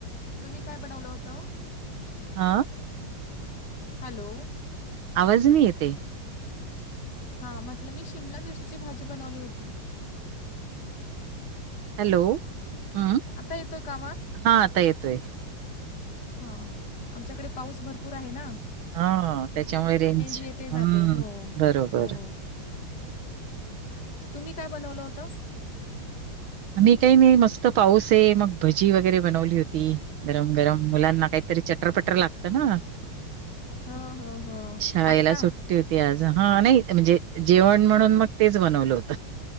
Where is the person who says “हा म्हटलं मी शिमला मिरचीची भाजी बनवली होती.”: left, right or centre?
Left